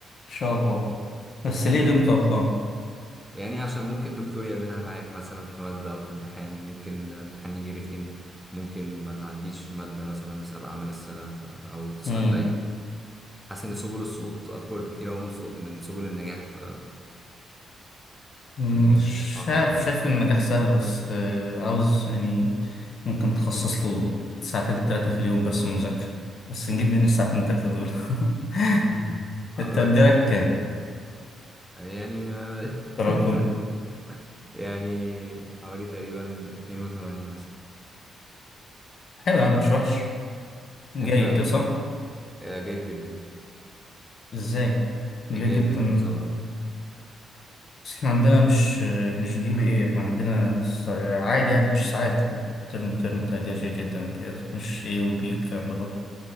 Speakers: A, on the left; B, in the centre.
A: ان شاء الله
B: طب
A: بس
B: دي
A: ليه غير متوقع
B: فرصة يعني عشان ممكن دكتور يعملها معاك مثلا في مادة أو في امتحان ممكن امتحان يجي رخم ممكن ما تعديش في مادة مثلا بسبب أعمال السنة ف... أو تسقط
A: امم
B: لأي حاسس ان سبل السقوط اقوى بكتير قوي من سو- من سبل النجاح ف...
A: أمم،
B: فالدنيا
A: شايف
B: مش متوقعه فعلا
A: شايف
B: يعني
A: إن النجاح سهل بس آه، عاوز يعني ممكن تخصص له ساعتين ثلاثه في اليوم بس مذاكره بس نجيب من الساعتين ثلاثه دول <laughs>
B: <clears throat> <laughs> على
A: انت تقديرك
B: رايك
A: كام
B: يعني ما... <laughs>
A: تراكم
B: يعني حوالي تقريبا 2 و8 مثلا
A: حلو يا عم مش وحش جيد
B: انت
A: كده صح؟
B: جيد جدا
A: ازاي؟ جيد
B: جيد
A: جدا
B: ب 2 و7
A: بس احنا عندنا مش مش جي بي ايه احنا عندنا س- عادي يعني مش ساعات ترم ترم تقدير جيد جدا امتياز مش ايه وبي والكلام ده كله